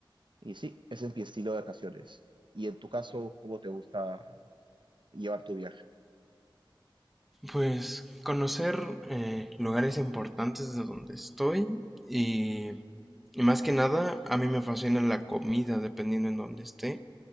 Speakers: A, on the right; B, in the centre.
A: Y sí, ese es mi estilo de vacaciones. Y en tu caso, ¿cómo te gusta llevar tu viaje?
B: Pues conocer eh, lugares importantes de donde estoy y, y más que nada a mí me fascina la comida dependiendo en donde esté.